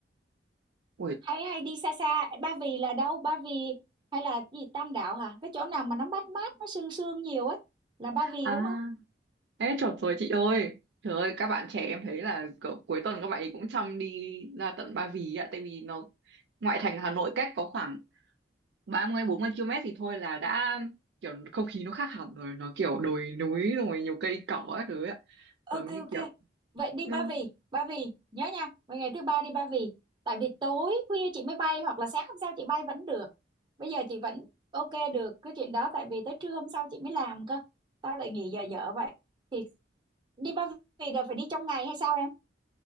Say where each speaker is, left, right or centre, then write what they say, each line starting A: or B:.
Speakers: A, on the right; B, on the right.
A: Ui,
B: hay hay đi xa xa Ba Vì là đâu Ba Vì hay là cái gì Tam Đảo hả cái chỗ nào mà nó mát mát nó sương sương nhiều ấy là Ba Vì
A: à,
B: đúng không
A: ê chợt rồi chị ơi. Trời ơi, các bạn trẻ em thấy là cỡ cuối tuần các bạn ấy cũng chăm đi ra tận Ba Vì ạ, tại vì nó ngoại thành Hà Nội cách có khoảng 30 40 km thì thôi là đã kiểu không khí nó khác hẳn rồi nó kiểu đồi núi rồi nhiều cây cỏ các thứ ấy ạ
B: ok
A: giống
B: ok
A: như kiểu
B: vậy đi
A: ừ,
B: Ba Vì Ba Vì nhớ nha Vậy ngày thứ ba đi Ba Vì tại vì tối khuya chị mới bay hoặc là sáng hôm sau chị bay vẫn được bây giờ chị vẫn ok được cái chuyện đó tại vì tới trưa hôm sau chị mới làm cơ tao lại nghỉ giờ dở vậy thì đi Ba Vì là phải đi trong ngày hay sao em